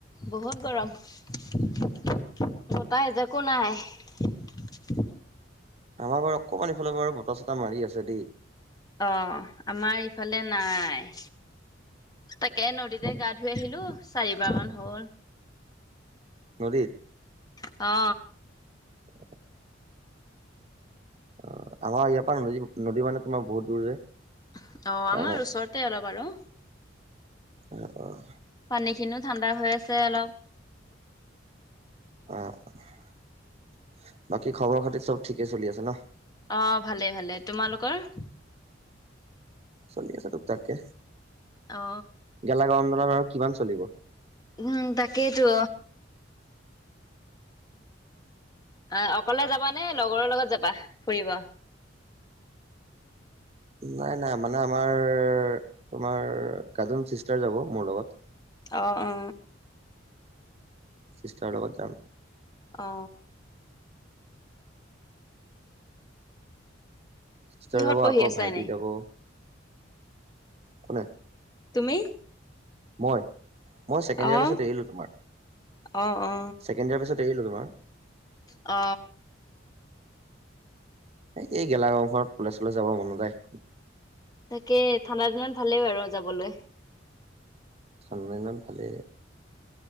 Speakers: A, on the left; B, on the right.
A: বহুত গৰম। বতাহ এজাকো নাই।
B: আমাৰ বাৰু অকমান এইফালে পৰা বতাহ চতাহ মাৰি আছে দেই।
A: অ, আমাৰ ইফালে নাই। তাকে নদীতে গা ধুই আহিলো। চাৰিবাৰ মান হল।
B: নদীত?
A: অ।
B: <inaudible> অ, আমাৰ ইয়াৰ পৰা নী নদী মানে তোমাৰ বহুত দূৰ যে।
A: অ',
B: কাৰণে
A: আমাৰ ওচৰতে অলপ আৰু।
B: অহ - অহ
A: সেইখিনিও ঠাণ্ডা হৈ আছে অলপ
B: <unintelligible> বাকী খবৰ খাতি চব ঠিকে চলি আছে ন?
A: অ, ভালে ভালে। তোমালোকৰ?
B: চলি আছে তোক তাককে।
A: অ
B: গেলা গৰম ডালত আৰু কিমান চলিব?
A: উম তাকেইতো। আ অকলে যাবা নে লগৰৰ লগত যাবা ফুৰিব?
B: নাই, নাই। মানে আমাৰ তোমাৰ কাজন চিষ্টাৰ যাব মোৰ লগত।
A: অ-অ।
B: চিষ্টাৰৰ লগত যাম।
A: অ।
B: চিষ্টাৰ
A: কিহত
B: যাব
A: পঢ়ি
B: আকৌ
A: আছা
B: ভাইটি
A: এনেই
B: যাব। কোনে?
A: তুমি।
B: মই, মই ছেকেণ্ড
A: অ
B: ইয়াৰ পিছত এৰিলো তোমাৰ। ছেকেণ্ড
A: অ অ
B: ইয়ৰ পিছত এৰিলোঁ তোমাৰ।
A: অ।
B: এই- এই গেলা গৰম খনত উলাই -চুলাই যাব মন নাযায়।
A: তাকে ঠাণ্ডা দিনত ভালেই বাৰু যাবলৈ।
B: ঠাণ্ডা দিনত ভালেই।